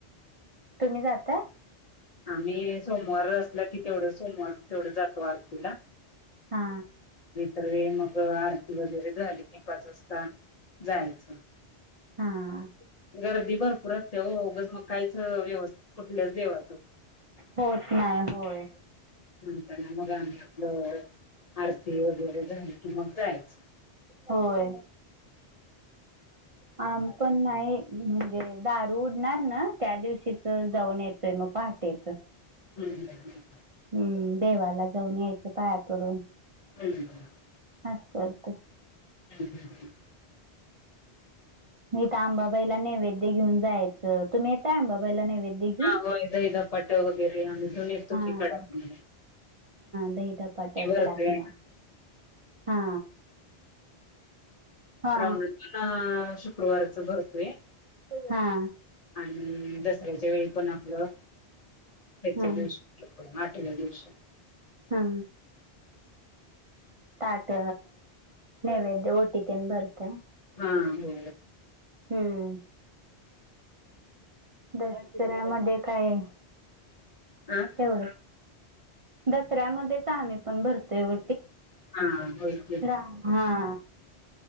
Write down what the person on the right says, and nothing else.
तुम्ही जाताय
हा
हा
होत नाही होय
होय आम्हीपण नाही म्हणजे दारू उडणार ना त्या दिवशीच जाऊन येतोय मग. पहाटेच.
हम्म. देवाला जाऊन यायचं पायापडून.
असं करत.
नाही तर आंबाबाईला नैवेद्य घेऊन जायचं. तुम्ही येताय आंबाबाईला नैवेद्य घेऊन
हा हा.
दही, धपाटे,
कडाकन्या. हा. हा
हा
हा
हा ताट नैवेवेद्य ओटी तिन बरते
हम्म दसऱ्यामध्ये काय.
तेवढं दसऱ्यामध्येच आम्ही पण भरतोयव
हा